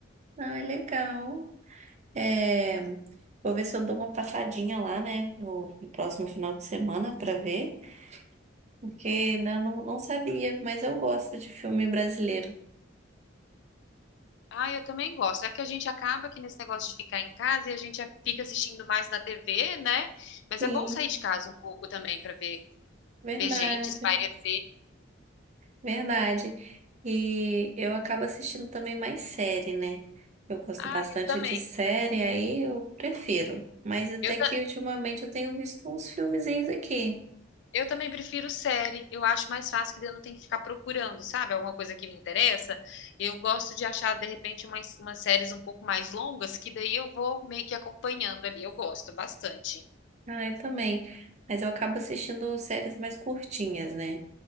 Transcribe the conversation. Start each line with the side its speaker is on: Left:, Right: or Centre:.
Right: Ah, legal. É, vou ver se eu dou uma passadinha lá, né? No, no próximo final de semana para ver. Porque não, não, não sabia, mas eu gosto de filme brasileiro.
Left: Ah, eu também gosto. É que a gente acaba que nesse negócio de ficar em casa e a gente é, fica assistindo mais na TV, né? Mas
Right: Sim,
Left: é bom sair de casa um pouco também para ver,
Right: verdade,
Left: ver gente, espairecer.
Right: verdade. E eu acabo assistindo também mais série, né? Eu gosto
Left: Ah,
Right: bastante
Left: eu também.
Right: de série, aí eu prefiro. Mas até
Left: Eu, ta-
Right: que ultimamente eu tenho visto uns filmezinhos aqui.
Left: eu também prefiro série. Eu acho mais fácil que daí eu não tenho que ficar procurando, sabe? Alguma coisa que me interessa. Eu gosto de achar, de repente, umas, umas séries um pouco mais longas, que daí eu vou meio que acompanhando ali. Eu gosto bastante.
Right: Ah, eu também. Mas eu acabo assistindo séries mais curtinhas, né?